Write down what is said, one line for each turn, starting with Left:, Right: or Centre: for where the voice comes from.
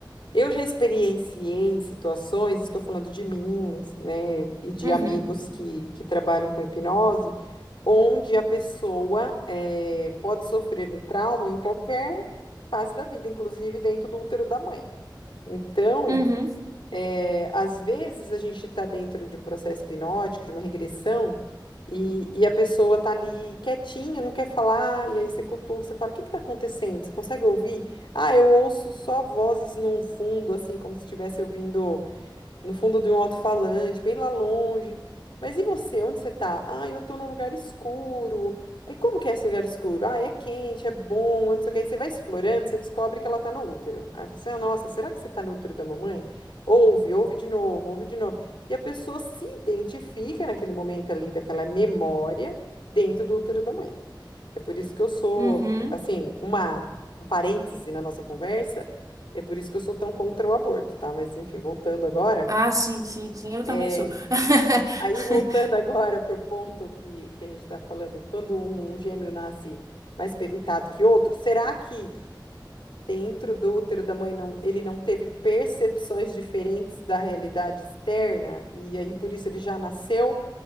Left: Eu já experienciei situações, estou falando de mim, né, e de
Right: uhum,
Left: amigos que, que trabalham com hipnose, onde a pessoa eh, pode sofrer um trauma em qualquer fase da vida, inclusive dentro do útero da mãe. Então,
Right: uhum,
Left: é, às vezes a gente está dentro de um processo hipnótico, de uma regressão, e, e a pessoa tá ali quietinha, não quer falar, e aí você cutuca, você fala, o que que tá acontecendo? Você consegue ouvir? Ah, eu ouço só vozes no fundo, assim, como se estivesse ouvindo no fundo de um alto-falante, bem lá longe. Mas e você? Onde você tá? Ah, eu tô num lugar escuro. Aí como que é esse lugar escuro? Ah, é quente, é bom, não sei o que. Aí você vai explorando, você descobre que ela tá no útero. Aí você, ah, nossa, será que você tá no útero da mamãe? Ouve, ouve de novo, ouve de novo. E a pessoa se identifica naquele momento ali, daquela memória, dentro do útero da mãe. É por isso que eu sou,
Right: uhum.
Left: assim, uma, um parêntese na nossa conversa, é por isso que eu sou tão contra o aborto, tá? Mas enfim, voltando agora.
Right: Ah, sim, sim, sim, eu
Left: É,
Right: também sou. <laughs>
Left: aí voltando agora para o ponto que, que a gente está falando, quando um gêmeo nasce mais pevitado que outro, será que dentro do útero da mãe não, ele não teve percepções diferentes da realidade externa? E aí por isso ele já nasceu,